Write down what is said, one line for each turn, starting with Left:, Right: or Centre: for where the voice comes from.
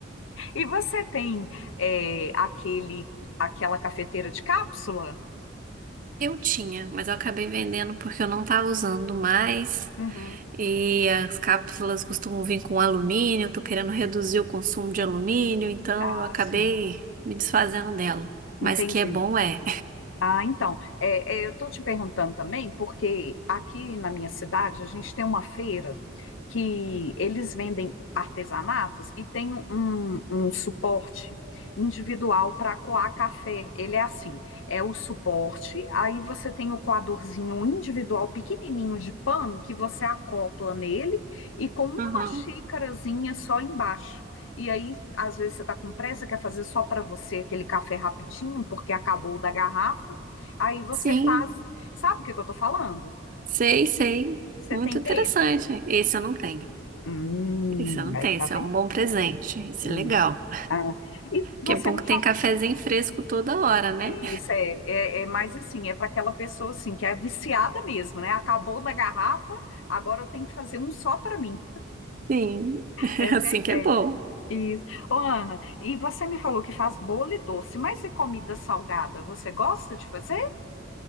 Left: e você tem é, aquele, aquela cafeteira de cápsula?
Right: Eu tinha, mas eu acabei vendendo porque eu não estava usando mais.
Left: Uhum.
Right: E as cápsulas costumam vir com alumínio, eu tô querendo reduzir o consumo de alumínio, então
Left: Ah,
Right: eu acabei
Left: sim,
Right: me desfazendo dela. Mas
Left: entendi.
Right: que é bom é.
Left: Ah, então, é, é, eu estou te perguntando também, porque aqui na minha cidade a gente tem uma feira que eles vendem artesanatos e tem um, um suporte individual para coar café. Ele é assim, é o suporte, aí você tem o coadorzinho individual pequenininho de pano que você acopla nele e com uma
Right: Aham.
Left: xícarazinha só embaixo. E aí, às vezes, você está com pressa, quer fazer só para você aquele café rapidinho, porque acabou o da garrafa. Aí você
Right: Sim,
Left: faz. Sabe o que que eu tô falando?
Right: sei, sei.
Left: Você
Right: Muito
Left: tem
Right: interessante.
Left: dele.
Right: Esse eu não tenho.
Left: Hum,
Right: Esse eu não
Left: aí
Right: tenho.
Left: tá
Right: Esse
Left: vendo?
Right: é um bom presente. Esse
Left: Isso.
Right: é legal.
Left: Ah, e você
Right: Que é bom
Left: me
Right: que tem
Left: falou.
Right: cafezinho fresco toda hora, né?
Left: Isso é, é, é mais assim, é para aquela pessoa assim que é viciada mesmo, né? Acabou da garrafa, agora eu tenho que fazer um só para mim.
Right: Sim, <laughs>
Left: Essa
Right: assim
Left: é a ideia.
Right: que é bom.
Left: Isso. Ô, Ana, e você me falou que faz bolo e doce, mas e comida salgada? Você gosta de fazer?